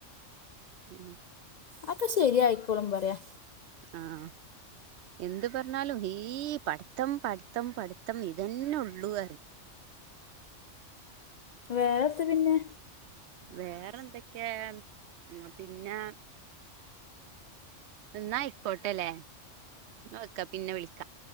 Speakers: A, on the right (about 70°); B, on the left (about 80°).
A: ഉം
B: അതക്കെ ശെരി ആയിക്കോളും പറയാ
A: ആഹ എന്ത് പറഞ്ഞാലും ഈ പട പഠത്തം പഠിത്തം പഠിത്തം ഇതന്നെ ഉള്ളൂ അറിം
B: വേറെന്ത പിന്നെ
A: വേറെ എന്തൊക്കയാ പിന്നെ ന്നാ അയിക്കോട്ടല്ലേ ന്നാ വെക്ക പിന്നെ വിളിക്കാം